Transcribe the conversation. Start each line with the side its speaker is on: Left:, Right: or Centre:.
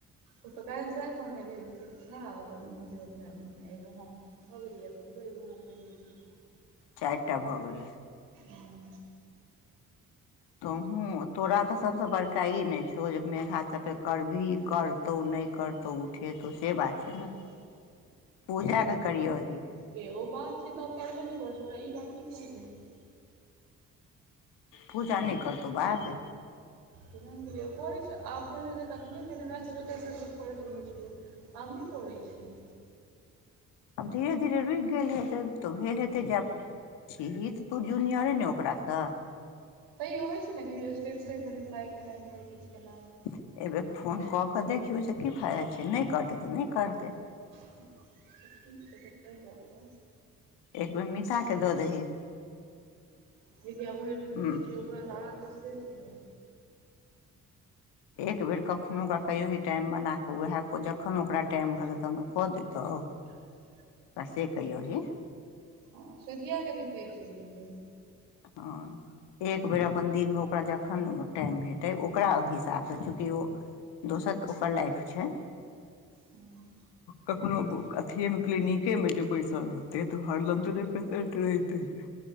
Right: ओ त काल्हि सैह कहने रहै, शिक्षा आ ओकर माय बहिन आ एगो हम। भ गेलियै ककरो एगो हम कहि देलियै।
Left: चारि टा भ गेलै
Right: गेलियै
Left: तोँहु तोरा त सबसे बड़का ई ने छौ जे मेघा सब पर ते करबही काल त ओ नहि करतौ उठेतौ से बात छै ने
Right: हँ।
Left: पूजा के करियौ ही।
Right: ऐ ओ बात चीत त करबे नहि करै छै ओकरा ई बात की कहबिही।
Left: पूजा नई करतौ बात।
Right: िय करै आब पहिने तऽ नहि पहि मैज तेज सब करैत रहै छलै <unintelligible> अहुं करै छियै।
Left: आब धीरे धीरे रुकि गेल हेतै त भेल हेतै जे आब छैहे त तू जूनियरे ने ओकरासे
Right: तैयो होय छै ने कहियो स्टेट से रिप्लाई केनाइ, कहियो किछु केनाइ
Left: एहि बेेर फोन क क देखियौ से की फायदा छै, नै करतै त नै करतै।
Right: हं देखै छियै एक बेर क के।
Left: एक बेर मिताके दऽ दही
Right: निभीया भैर
Left: हूँ
Right: दिन रोयै छै। हम अहांके सुनै छी ने
Left: एक बेर कखनो ओकरा कहियो ही टाइम बना क ओएह जखन ओकरा टाइम रहतौ तखन ओ क देतहु।
Right: <inaudible>
Left: आ से कहियौ ने।
Right: हं सुतिये के देखियै ठीक रहतै।
Left: हँ, एक बेर अपन दिन में ओकरा जखन टाइम भेटै ओकरा ओही हिसाब से चूँकि ओ दोसर ओकर लाइफ छै।
Right: हुं।
Left: कखनो अथिये मे क्लीिनिके में जे बैसल रहतै त हरदम ते पेसेंट रहिते छै।